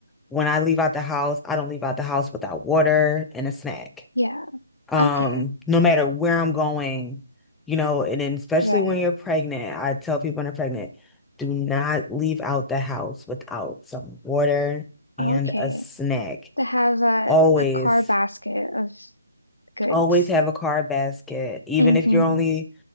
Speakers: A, in the centre; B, on the left.
A: when I leave out the house, I don't leave out the house without water and a snack.
B: yeah.
A: Um,
B: Okay.
A: no matter where I'm going, you know, and then especially
B: Right.
A: when you're pregnant, I tell people when they're pregnant, do not leave out the house without some water and
B: Okay.
A: a snack.
B: To have a
A: Always
B: a car basket of goods.
A: Always have a card basket, even
B: Mm-hmm.
A: if you're only